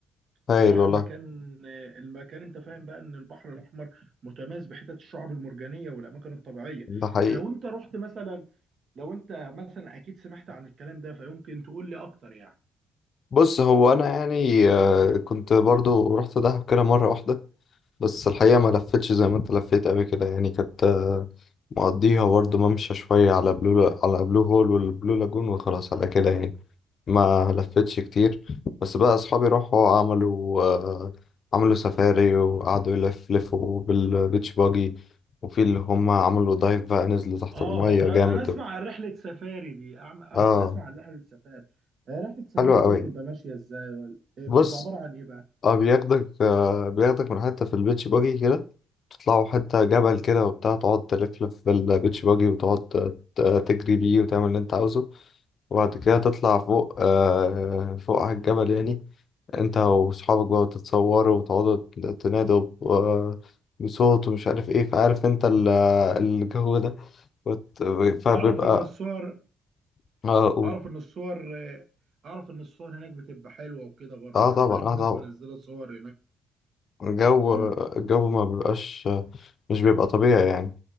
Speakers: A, on the left; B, on the right.
A: هايل
B: بصراحة
A: والله
B: المكان المكان انت فاهم بقى ان البحر الاحمر متميز بحتت الشعب المرجانية والاماكن الطبيعية
A: ده حقيقي
B: لو انت رحت مثلا لو انت مثلا اكيد سمعت عن الكلام ده فيمكن تقول لي اكتر يعني
A: بص هو انا يعني آه، كنت برضو رحت دهب كده مره واحده بس الحقيقه ما لفتش زي ما انت لفيت قوي كده يعني كنت آه، مقضيها برضو ممشى شويه على بلو على بلو هول والبلو لاجون وخلاص على كده يعني ما لفتش كتير بس بقى اصحابي راحوا عملوا آه، عملوا سفاري وقعدوا يلف لفوا بالبيتش باجي وفي اللي هم عملوا دايف بقى نزلوا تحت
B: اه
A: المية جامد
B: انا اسمع عن رحلة سفاري دي أعم-
A: اه
B: اسمع عن رحلة سفاري آه، رحلة سفاري
A: حلوة قوي
B: دي بتبقى ماشية ازاي ولا آه،
A: بص
B: بتبقى عبارة عن ايه بقى
A: اه بياخدك آه بياخدك من حتة في البيتش باجي كده تطلعوا حتة جبل كده وبتاع تقعد تلفلف بالبيتش باجي وتقعد ت- تجري بيه وتعمل اللي انت عاوزه وبعد كده تطلع فوق آه فوق على الجبل يعني انت وصحابك بقى وتتصوروا وتقعدوا تنادوا ب- آه، بصوت ومش عارف ايه فعارف انت ال- آه، الجو ده وت- فبيبقى
B: اعرف ان الصور
A: اه قول
B: اعرف ان الصور آه، اعرف ان الصور هناك بتبقى حلوة وكده برضو
A: اه
B: يعني
A: طبعا
B: بشوف
A: اه
B: ناس
A: طبعا
B: منزلة صور
A: الجو
B: هناك
A: الجو ما بيبقاش مش بيبقى طبيعي يعني